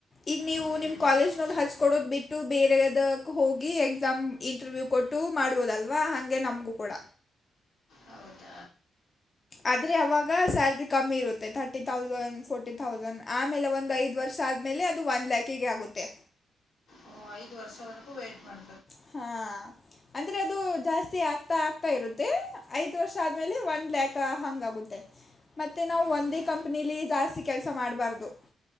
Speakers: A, on the left; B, on the left.
A: ಈಗ ನೀವು
B: ಓಹ್! ಎರಡೆರಡು
A: ನಿಮ್ ಕಾಲೇಜ್ನೋಡ್
B: ಆಪ್ಷನ್.
A: ಹಚ್ಕೊಡೋದು ಬಿಟ್ಟು ಬೇರೆ ತೆಗೆದಕ್ ಹೋಗಿ ಎಕ್ಸಾಮ್ ಇಂಟರ್ವ್ಯೂ ಕೊಟ್ಟು ಮಾಡ್ಬೋದಲ್ವಾ ಹಗೆ ನಮ್ಗೂ ಕೂಡ
B: ಹೌದ
A: ಆದ್ರೆ ಅವಾಗ ಸ್ಯಾಲ್ರಿ ಕಮ್ಮಿ ಇರುತ್ತೆ ತರ್ಟಿ ತೌಸಂಡ್ ಫೋರ್ಟಿ ತೌಸಂಡ್ ಆಮೇಲೆ ಒಂದು ಐದು ವರ್ಷ ಆದ್ಮೇಲೆ ಅದು ಒನ್ ಲ್ಯಾಕಿಗೆ ಆಗುತ್ತೆ
B: ಓ ಐದ್ ವರ್ಷವರೆಗೂ ವೈಟಟ್ ಮಾಡ
A: ಹಾ ಅಂದ್ರೆ ಅದು ಜಾಸ್ತಿ ಆಗ್ತಾ ಆಗ್ತಾ ಇರುತ್ತೆ ಐದ್ ವರ್ಷ ಆದ್ಮೇಲೆ ಒನ್ ಲ್ಯಾಕ್ ಹಂಗ ಆಗುತ್ತೆ ಮತ್ತೆ ನಾವು
B: ಹೌದಾ
A: ಒಂದೇ ಕಂಪನಿಲಿ ಜಾಸ್ತಿ ಕೆಲಸ ಮಾಡಬಾರ್ದು